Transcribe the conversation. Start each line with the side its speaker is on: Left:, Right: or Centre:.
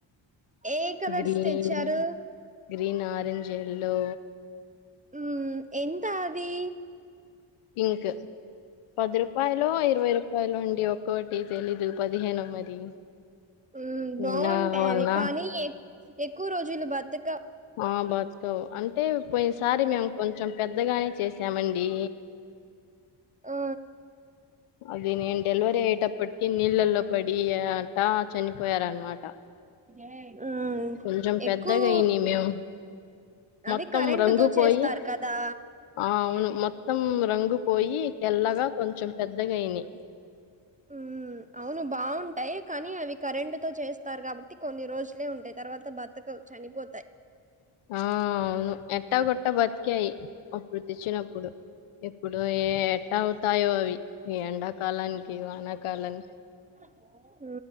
Right: ఏ కలర్స్
Left: గ్రీన్
Right: తెచ్చారు
Left: గ్రీన్ ఆరెంజ్ ఎల్లో
Right: హ్మ్ ఎంత పి
Left: పింక్ పది రూపాయలో ఇరవై రూపాయలో అండి ఒకోటి తెలిదు పదిహేను మరి
Right: ఉమ్
Left: నిన్నవల్ల
Right: బాగుంటాయి అవి కానీ ఎక్కువ రోజులు బతక
Left: ఆ బస్ కో అన్ అంటే పోయినసారి మేము కొంచెం పెద్దగానే చేసామండి డి
Right: ఆ
Left: అది నేను డెలివరీ అయ్యేటప్పటికి నీళ్ళల్లో పడి అట్ట చనిపోయారనమాట
Right: ఏ హ్మ్
Left: కొంచెం పెద్దగా
Right: ఎక్కువ
Left: అయినియి మేము. మొత్తం
Right: అవి కరెంటు
Left: రంగు
Right: తో చేస్తారు
Left: పోయి
Right: కదా
Left: ఆ! అవును. మొత్తం రంగు పోయి తెల్లగా కొంచెం పెద్దగయినయ్
Right: హ్మ్ అవును బాగుంటాయి కానీ అవి కరెంట్ తో చేస్తారు కాబట్టి కొన్ని రోజులే ఉంటాయి తర్వాత బతకవు చనిపోతాయి
Left: ఆ అవును ఎట్ట కొట్ట బతికాయి అప్పుడు తెచ్చినప్పుడు ఇప్పుడు ఏ ఎట్ట అవుతాయో అవి ఈ ఎండాకాలానికి వాన కాలాన్
Right: ఓ